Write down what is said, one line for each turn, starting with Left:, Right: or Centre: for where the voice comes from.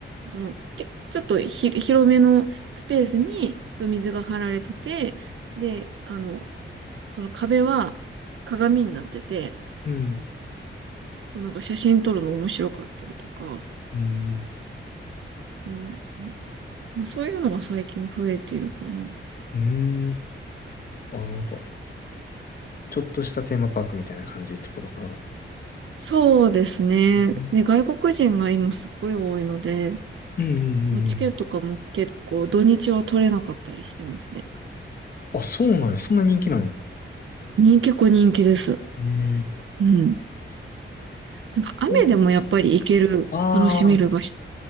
Right: その、けちょっとひ広めのスペースに、その水が張られてて、で、あの、その壁は鏡になってて、
Left: うん。うん。
Right: なんか写真撮るの面白かったりとか、
Left: え
Right: うん、まあそういうのが最近増えてるかな。
Left: うんうんうんうんえうん。あ、なんか、ちょっとしたテーマパークみたいな感じってことかな。
Right: そうですね。
Left: うん
Right: ね、外国人が今すっごい多いので、
Left: うんうんうん
Right: もうチケットとかも結構土日は取れなかったりしてますね。
Left: あ、そうなんや。そんな人気なんや。
Right: 人結構人気です。
Left: ええ
Right: うん。なんか雨でもやっぱり行ける、
Left: お、お、あ
Right: 楽しめる場所。